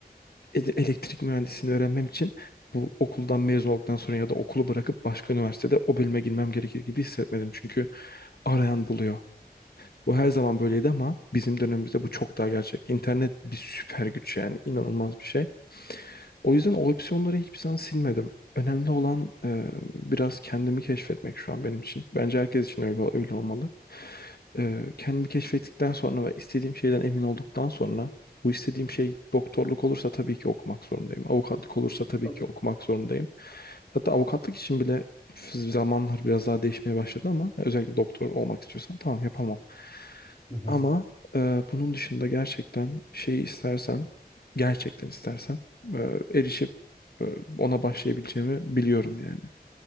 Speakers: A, on the left; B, on the left.
A: ele- elektrik mühendisliğini öğrenmem için bu okuldan mezun olduktan sonra ya da okulu bırakıp başka üniversitede o bölüme girmem gerekir gibi hissetmedim. Çünkü arayan buluyor. Bu her zaman böyleydi ama bizim dönemimizde bu çok daha gerçek. İnternet bir süper güç yani inanılmaz bir şey. O yüzden o opsiyonları hiçbirisinden silmedim. Önemli olan e, biraz kendimi keşfetmek şu an benim için. Bence herkes için öyle, öyle olmalı. E, kendimi keşfettikten sonra ve istediğim şeyden emin olduktan sonra bu istediğim şey doktorluk olursa tabii ki okumak zorundayım. Avukatlık olursa tabii
B: Tabii
A: ki
B: tabii.
A: okumak zorundayım. Hatta avukatlık için bile zamanlar biraz daha değişmeye başladı ama özellikle doktor olmak istiyorsan tamam yapamam.
B: Hı hı.
A: Ama e, bunun dışında gerçekten şeyi istersem, gerçekten istersem e, erişip e, ona başlayabileceğimi biliyorum yani.